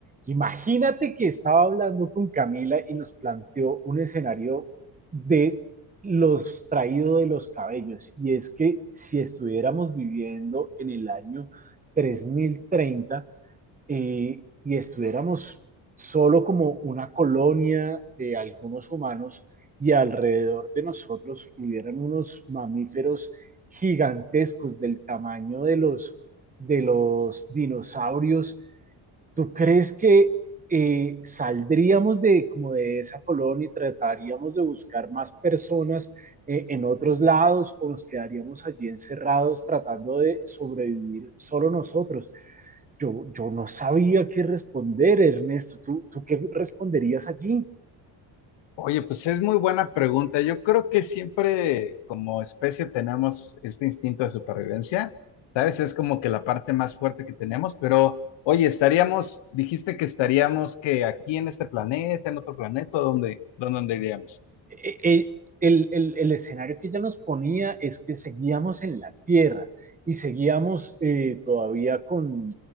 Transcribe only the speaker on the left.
Oye, pues es muy buena pregunta. Yo creo que siempre como especie tenemos este instinto de supervivencia, ¿sabes? Es como que la parte más fuerte que tenemos, pero oye, estaríamos, dijiste que estaríamos que aquí en este planeta, en otro planeta, ¿dónde, dónde, dónde iríamos?